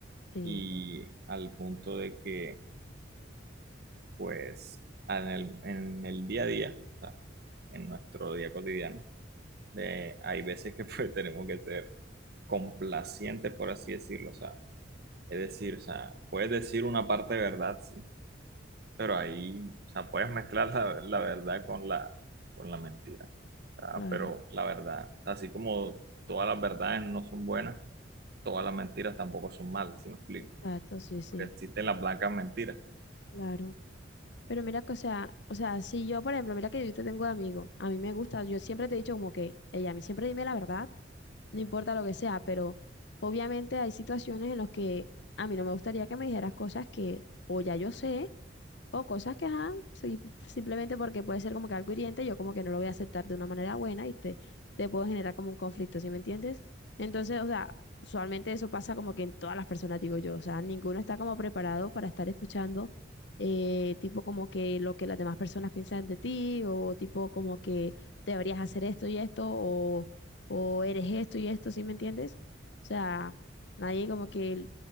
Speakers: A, on the left (about 65°); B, on the right (about 55°).
A: Sí,
B: Y al punto de que pues en el, en el día a día, o sea, en nuestro día cotidiano, de, hay veces que pues, <laughs> tenemos que ser complacientes, por así decirlo, o sea, es decir, o sea, puedes decir una parte de verdad, sí, pero ahí, o sea, puedes mezclar la, la verdad con la, con la mentira, o sea,
A: claro.
B: pero la verdad, o sea, así como todas las verdades no son buenas, todas las mentiras tampoco son malas, si me explico?
A: Exacto, sí, sí,
B: Porque existen las blancas mentiras,
A: claro. Pero mira que, o sea, o sea, si yo, por ejemplo, mira que yo te tengo de amigo, a mí me gusta, yo siempre te he dicho como que, ella, a mí siempre dime la verdad, no importa lo que sea, pero obviamente hay situaciones en las que a mí no me gustaría que me dijeras cosas que o ya yo sé, o cosas que, ajá, sí, simplemente porque puede ser como que algo hiriente, yo como que no lo voy a aceptar de una manera buena y te, te puedo generar como un conflicto, ¿sí me entiendes? Entonces, o sea, usualmente eso pasa como que en todas las personas, digo yo, o sea, ninguno está como preparado para estar escuchando eh, tipo como que lo que las demás personas piensan de ti, o tipo como que deberías hacer esto y esto, o, o eres esto y esto, ¿sí me entiendes? O sea, nadie como que